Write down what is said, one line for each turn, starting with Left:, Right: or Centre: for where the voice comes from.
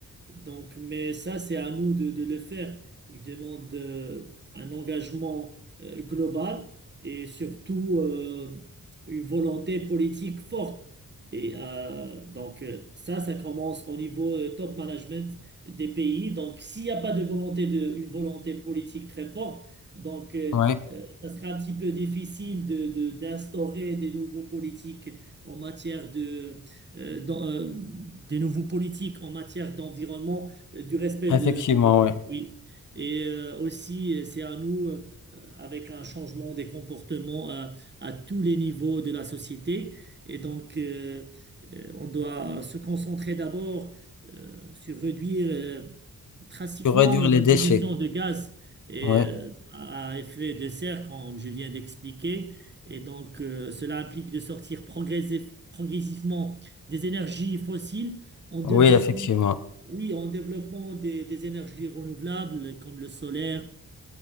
Right: Donc, mais ça, c'est à nous de, de le faire. Il demande euh, un engagement euh, global et surtout euh, une volonté politique forte. Et euh, donc, euh, ça, ça commence au niveau euh, top management des pays. Donc, s'il n'y a pas de volonté de, une volonté politique très forte, donc, euh,
Left: oui,
Right: euh, ça sera un petit peu difficile de, de- d'instaurer des nouveaux politiques en matière de euh, dans, euh, des nouveaux politiques en matière d'environnement, euh, du respect
Left: effectivement,
Right: de, de- de-
Left: oui.
Right: oui. Et euh, aussi, euh, c'est à nous, euh, euh, avec un changement des comportements euh, à tous les niveaux de la société. Et donc, euh, euh, on doit se concentrer d'abord euh, sur réduire. euh, Pratiquement,
Left: Pour réduire les
Right: nos
Left: déchets.
Right: émissions de gaz et,
Left: Oui,
Right: euh, à effet de serre, comme je viens d'expliquer, et donc euh, cela implique de sortir progressif- progressivement des énergies fossiles en développant,
Left: oui, effectivement.
Right: oui, en développant des, des énergies renouvelables comme le solaire,